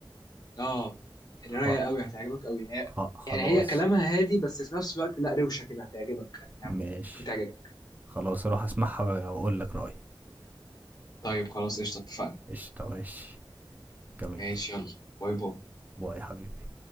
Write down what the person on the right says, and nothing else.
خ...
خ... خلاص
ماشي
خلاص اروح اسمعها واقول لك رأيي
قشطة ماشي جميل
باي يا حبيبي